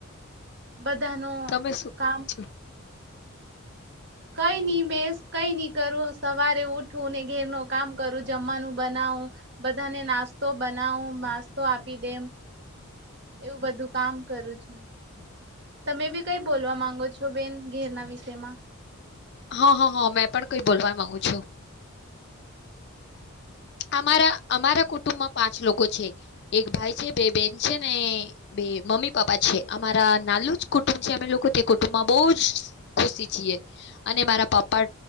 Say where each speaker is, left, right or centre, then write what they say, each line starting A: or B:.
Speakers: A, on the right (about 50°); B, on the left (about 50°).
A: બધા ન
B: તમે શું કરો
A: કામ
B: છો
A: કઈ નઈ મે કઈ નઈ કરું સવારે ઉઠ ઠું ને ઘેર ન કામ કરું જમવાનું બનાવું બધાને નાસ્તો બનાવું નાસ્તો આપી દેમ
B: હ
A: એવું બધું કામ કરું છું તમે બી
B: હા
A: કઈ બોલવા માંગો છો છો બેન ઘેરના વિષયમાં
B: હા હા હા મેં પણ કઈ બોલવા માગુ છું અમારા અમારા કુટુંબમાં પાંચ લોકો છે એક ભાઈ છે બે બેન છે ને બે મમ્મી પાપા છે અમારા નાલું જ કુટુંબ છે અમે લોકો તે કુટુંબમાં બહુ જ ખુશી છીએ અને મારા પપ્પા